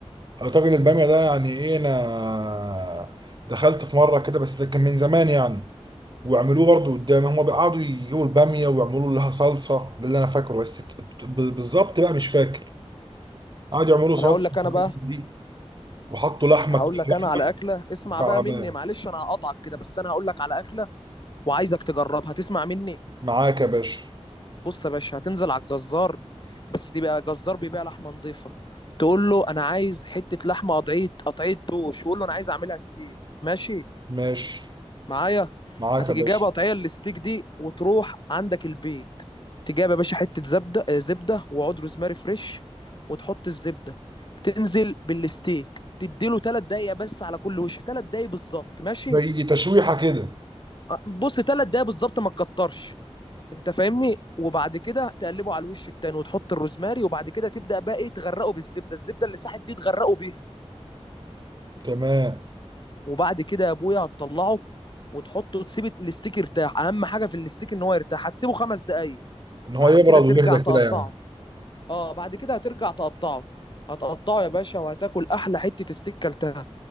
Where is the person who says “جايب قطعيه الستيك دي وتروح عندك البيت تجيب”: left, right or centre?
Left